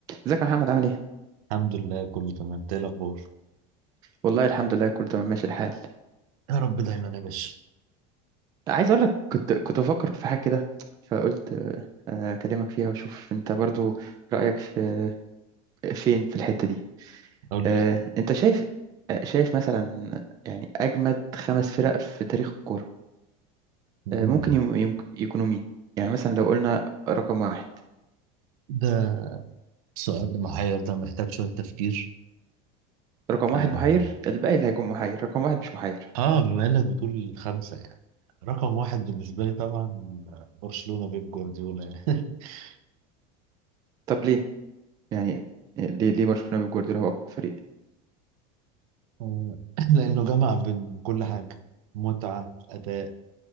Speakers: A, on the right; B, on the right.
A: ازيك يا محمد عامل ايه؟
B: الحمد لله كله تمام إنت ايه الاخبار
A: والله الحمد لله كله تمام ماشي الحال
B: يا رب دايما يا باشا
A: عايز اقول لك كنت كنت بفكر في حاجه كده فقلت آه، اكلمك فيها واشوف انت برضو رايك في فين في الحته دي
B: قول لي
A: آه، انت شايف آه، شايف مثلا يعني اجمد خمس فرق في تاريخ الكوره
B: مم.
A: آه، ممكن يم- يم- يكونوا مين؟ يعني مثلا لو قلنا رقم واحد
B: ده السؤال المحير ده محتاج شويه تفكير
A: رقم واحد
B: اه
A: محير الباقي اللي هيكون محير رقم واحد مش محير
B: آه، بما انك بتقول خمسه يعني رقم واحد بالنسبه لي طبعا برشلونه بيب جوارديولا يعني <laughs>
A: طب ليه؟ يعني آه، ليه ليه برشلونه بيب جوارديولا هو اقوى فريق
B: آه، لانه جمع بين كل حاجه متعه اداء